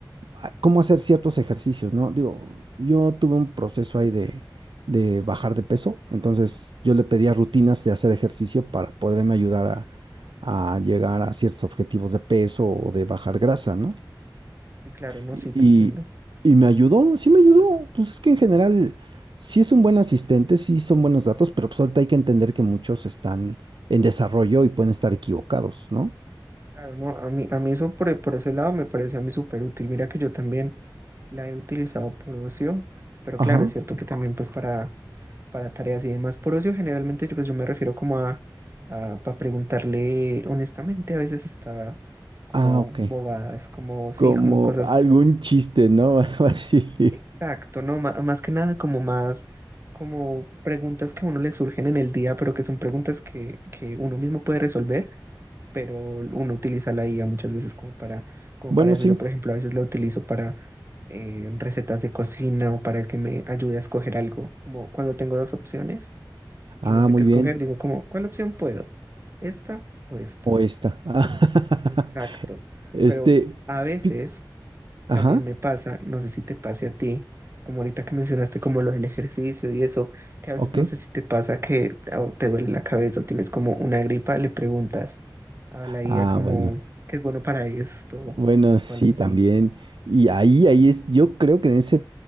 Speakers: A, on the right (about 85°); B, on the right (about 30°).
A: a- cómo hacer ciertos ejercicios, ¿no? Digo, yo tuve un proceso ahí
B: ¿m?
A: de, de bajar de peso, entonces yo le pedía rutinas de hacer ejercicio para poderme ayudar a, a llegar a ciertos objetivos de peso o de bajar grasa, ¿no?
B: Y claro, no,
A: Y,
B: sí, te entiendo.
A: y- y me ayudó, sí me ayudó. Pues es que en general sí es un buen asistente, sí son buenos datos, pero pues ahorita hay que entender que muchos están en desarrollo y pueden estar equivocados, ¿no?
B: Claro, no, a mí, a mí eso por, por ese lado me parece a mí súper útil. Mira que yo también la he utilizado por ocio, pero
A: Ajá.
B: claro, es cierto que también pues para, para tareas y demás. Por ocio generalmente yo, pues, yo me refiero como a, a para preguntarle honestamente, a veces está como
A: Ah, ok.
B: bobadas, como sí,
A: Como
B: como cosas
A: algún chiste, ¿no? <laughs> Algo así.
B: Exacto, no, Ma- más que nada como más, como preguntas que a uno le surgen en el día, pero que son preguntas que, que uno mismo puede resolver, pero uno utiliza la IA muchas veces como para, como
A: Bueno,
B: para eso.
A: sí.
B: Yo, por ejemplo, a veces la utilizo para eh, recetas de cocina o para que me ayude a escoger algo. Como cuando tengo dos opciones
A: Ah,
B: y no sé
A: muy
B: qué escoger,
A: bien.
B: digo como, ¿cuál opción puedo? ¿Esta o esta?
A: O esta. <laughs>
B: Exacto.
A: Este.
B: Pero a veces
A: pi- Ajá.
B: también me pasa, no sé si te pase a ti, como ahorita que mencionaste como lo del ejercicio y eso, que a veces
A: Ok.
B: no sé si te pasa que ah, te duele la cabeza o tienes como una gripa, le preguntas a la IA
A: Ah,
B: como
A: bueno.
B: qué es bueno para esto
A: Bueno, sí,
B: o algo así.
A: también. Y ahí, ahí es, yo creo que en ese,